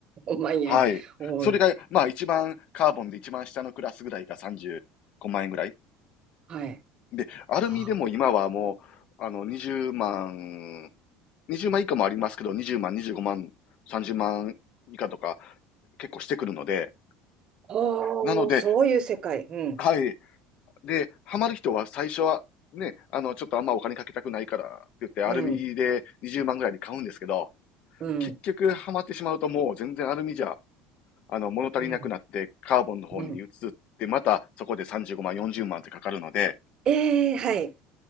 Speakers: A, on the right; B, on the left.
A: 万円。
B: はい。
A: おい。
B: それが、まあ一番、カーボンで一番下のクラスぐらいが35万円ぐらい。
A: はい。
B: で、アルミでも今はもう、
A: はあ
B: あの、20万、20万以下もありますけど、20万、25万、30万以下とか結構してくるので、
A: おー、
B: なので、
A: そういう世界。うん。
B: はい。で、ハマる人は最初は、ね、あの、ちょっとあんまお金かけたくないからって言って、アルミで20万ぐらいで買うんですけど、
A: うん。うん。
B: 結局ハマってしまうともう全然アルミじゃ、あの、物足りなくなって、
A: うん。
B: カーボンの方に移っ
A: うん。
B: て、またそこで35万、40万ってかかるので、
A: ええはい。